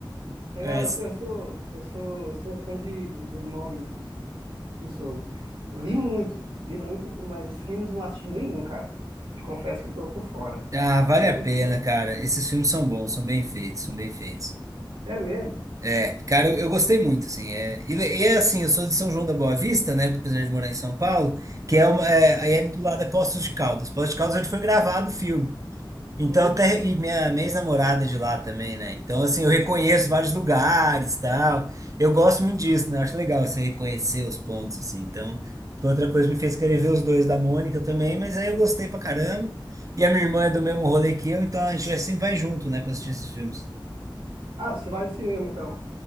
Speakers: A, on the right; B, on the right.
A: legal,
B: É,
A: eu, sou, eu sou, eu sou, eu sou fã de, do, do Maurício de, de Souza. Li muito, li muito, mas os filmes não assisti nenhum, cara. Te confesso que eu tô por fora.
B: ah, vale
A: Nenhum
B: a
A: dos
B: pena,
A: filmes.
B: cara. Esses filmes são bons, são bem feitos, são bem feitos.
A: É mesmo?
B: É, cara, eu, eu gostei muito, assim. É, e, le- e é assim, eu sou de São João da Boa Vista, né? Apesar de morar em São Paulo, que é uma. É, aí é ali do lado é Poços de Caldas. Poços de Caldas é onde foi gravado o filme. Então,
A: Hum.
B: até e minha, minha ex-namorada é de lá também, né? Então, assim, eu reconheço vários lugares, tal. Eu gosto muito disso, né? Eu Acho legal você reconhecer os pontos, assim. Então, foi outra coisa que me fez querer ver os dois da Mônica também, mas aí eu gostei pra caramba. E a minha irmã é do mesmo rolê que eu, então a gente vai, sempre vai junto, né, pra assistir esses filmes.
A: Ah, você vai no cinema então.